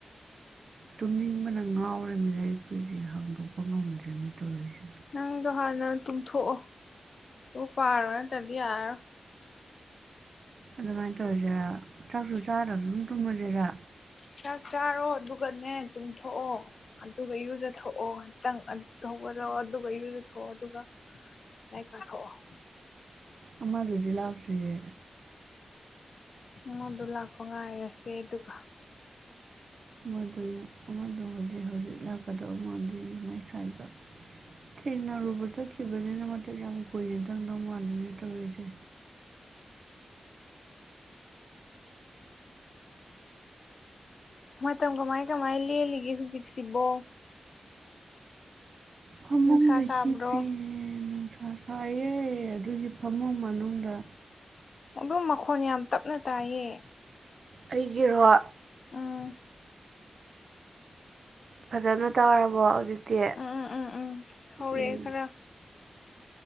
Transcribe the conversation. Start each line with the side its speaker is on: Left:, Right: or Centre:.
Right: ꯇꯨꯝꯅꯤꯡꯕꯅ ꯉꯥꯎꯔꯝꯃꯤ ꯂꯥꯏꯔꯤꯛꯄꯨꯁꯦ ꯍꯥꯡꯗꯣꯛꯄ ꯉꯝꯗ꯭ꯔꯦꯃꯤ ꯇꯧꯔꯤꯁꯦ
Left: ꯅꯪꯗꯣ ꯍꯥꯟꯅ ꯇꯨꯝꯊꯣꯛꯑꯣ ꯑꯗꯨꯒ ꯄꯥꯔꯣ ꯅꯠꯇ꯭ꯔꯗꯤ ꯌꯥꯔꯣꯏ
Right: ꯑꯗꯨꯃꯥꯏꯅ ꯇꯧꯔꯁꯤꯔꯥ ꯆꯥꯛꯁꯨ
Left: ꯎꯝ
Right: ꯆꯥꯗꯕ ꯑꯗꯨꯝ ꯇꯨꯝꯃꯁꯤꯔꯥ
Left: ꯆꯥꯛ ꯆꯥꯔꯣ ꯑꯗꯨꯒꯅꯦ ꯇꯨꯝꯊꯣꯛꯑꯣ ꯑꯗꯨꯒ ꯏꯔꯨꯖꯊꯣꯛꯑꯣ ꯉꯇꯪꯧꯕ ꯑꯣ ꯑꯗꯨꯒ ꯏꯁꯨ ꯊꯣꯛꯑꯣ ꯑꯗꯨꯒ ꯂꯩ ꯀ ꯊꯣꯛꯑꯣ
Right: ꯑꯃꯗꯨꯗꯤ ꯂꯥꯛꯇ꯭ꯔꯤꯌꯦ
Left: ꯃꯗꯨ ꯂꯥꯛꯄ ꯉꯥꯏꯔꯁꯦ ꯑꯗꯨꯒ
Right: ꯑꯗ <inaudible> ꯀꯗꯧ ꯃꯥꯥꯟꯗꯅꯦ ꯃꯥꯏꯁꯥꯏꯒ ꯊꯦꯡꯅꯔꯨꯕ ꯆꯠꯈꯤꯕꯅꯤꯅ ꯃꯇ ꯌꯥꯝ ꯀꯨꯏꯔꯦ ꯈꯪꯗꯧ ꯃꯥꯜꯂꯤꯅꯦ ꯇꯧꯔꯤꯁꯦ
Left: ꯃꯇꯝ ꯀꯃꯥꯏ ꯀꯃꯥꯏ ꯂꯦꯜꯂꯤꯒꯦ ꯍꯧꯖꯤꯛꯁꯤꯕꯣ
Right: ꯐꯃꯨꯡꯗꯨ
Left: ꯅꯨꯡꯁꯥ ꯁꯥꯕ꯭ꯔꯣ
Right: ꯍ ꯄꯦꯅꯨ ꯁꯥ ꯁꯥꯏꯑꯦ ꯑꯗꯨꯒꯤ ꯐꯃꯨꯡ ꯃꯅꯨꯡꯗ
Left: ꯑꯗꯨꯝ ꯃꯈꯣꯟ ꯌꯥꯝ ꯇꯞꯅ ꯇꯥꯏꯌꯦ
Right: ꯑꯩꯒꯤ ꯔꯣ
Left: ꯑꯝ <inaudible>
Right: ꯐꯖꯅ ꯇꯧꯔꯕꯣ ꯍꯧꯖꯤꯛꯇꯤ
Left: ꯎꯝ ꯎꯝ ꯎꯝ ꯎꯝ ꯍꯧꯔꯛꯑꯦ
Right: ꯎꯝ
Left: ꯈꯔ